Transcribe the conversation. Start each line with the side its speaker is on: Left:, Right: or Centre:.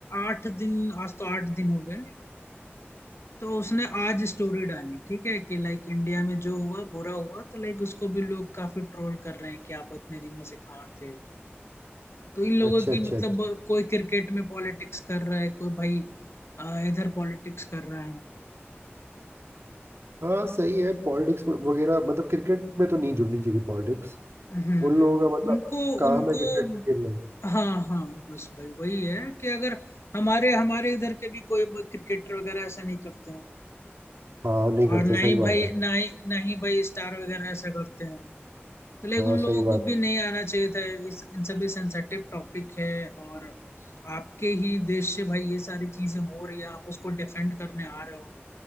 Left: आठ दिन आज तो आठ दिन हो गए तो उसने आज स्टोरी डाली ठीक है कि लाइक इंडिया में जो हुआ बुरा हुआ तो लाइक उसको भी लोग काफी ट्रोल कर रहे हैं कि आप इतने दिनों से कहाँ थे तो इन लोगों
Right: अच्छा
Left: की
Right: अच्छा
Left: मतलब
Right: अच्छा
Left: कोई क्रिकेट में पॉलिटिक्स कर रहा है कोई भाई अ, इधर पॉलिटिक्स कर रहा है
Right: हाँ सही है पॉलिटिक्स वगैरह मतलब क्रिकेट में तो नहीं जुड़नी चाहिए पॉलिटिक्स
Left: हम्म
Right: उन
Left: हम्म
Right: लोगों का मतलब
Left: उनको
Right: काम
Left: उनको
Right: है क्रिकेट खेलना
Left: हाँ हाँ बस भाई वही है कि अगर हमारे हमारे इधर के भी कोई क्रिकेटर वगैरह ऐसा नहीं करते हैं
Right: हाँ नहीं करते
Left: और ना
Right: सही
Left: ही
Right: बात
Left: भाई
Right: है
Left: ना ही ना ही भाई स्टार वगैरह ऐसा करते हैं तो लेकिन
Right: हाँ
Left: उन
Right: सही
Left: लोगों
Right: बात
Left: को भी नहीं आना चाहिए था इस इन सभी सेंसेटिव टॉपिक है और आपके ही देश से भाई ये सारी चीजें हो रही है आप उसको डिफेंड करने आ रहे हो